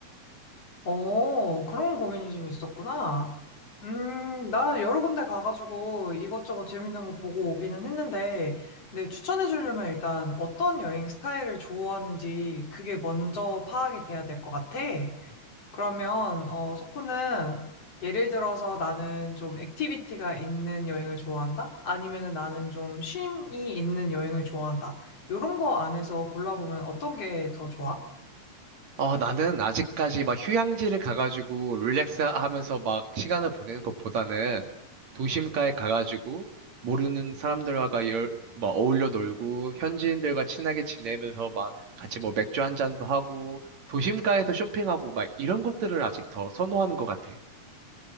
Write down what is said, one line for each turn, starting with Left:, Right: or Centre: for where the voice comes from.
Left: 어, 그런 고민이 좀 있었구나. 음, 나 여러 군데 가가지고 이것저것 재밌는 거 보고 오기는 했는데, 근데 추천해 주려면 일단 어떤 여행 스타일을 좋아하는지 그게 먼저 파악이 돼야 될 것 같아. 그러면, 어, 소코는 예를 들어서 나는 좀 액티비티가 있는 여행을 좋아한다? 아니면은 나는 좀 쉼이 있는 여행을 좋아한다? 요런 거 안에서 골라보면 어떤 게 더 좋아?
Right: 어, 나는 아직까지 막 휴양지를 가가지고 릴렉스 하면서 막 시간을 보내는 것보다는 도심가에 가가지고 모르는 사람들과 열, 막 어울려 놀고 현지인들과 친하게 지내면서 막 같이 뭐 맥주 한 잔도 하고 도심가에서 쇼핑하고 막 이런 것들을 아직 더 선호하는 것 같아.